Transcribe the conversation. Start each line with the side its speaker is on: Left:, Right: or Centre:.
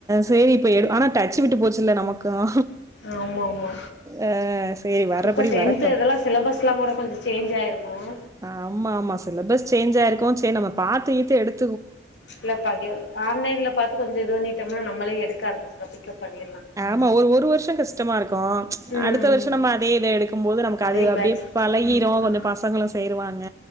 Right: சேரி இப்ப ஆனா டச்சு விட்டு போச்சு நமக்கும்
Left: ஆமா ஆமா
Right: அ சரி வர்றபடி
Left: இப்ப டென்த்
Right: வரட்டும்.
Left: இதெல்லாம் சிலபஸ் எல்லாம் கூட கொஞ்சம் சேஞ்ச் ஆயிருக்கும்
Right: ஆமா ஆமா சிலபஸ் சேஞ்ச் ஆயிருக்கும் சே நம்ம பாத்துக்கித்து எடுத்து
Left: இல்ல பா ஆன்லைன்ல பாத்து கொஞ்சம் இது பண்ணிட்டோம்னா நம்மளே எடுக்கா ஆரம்பிச்சுடா பிக்கப் பண்ணிடலா ம்
Right: ஆமா ஒரு ஒரு வருஷம் கஷ்டமா இருக்கும்
Left: ம்
Right: அடுத்த வருஷம் நம்ம அதே இத எடுக்கும் போது நமக்கு
Left: அதே
Right: அது அப்படியே
Left: பேட்ச்
Right: பழகிரும்
Left: ம்
Right: கொஞ்சம் பசங்களும் சேருவாங்க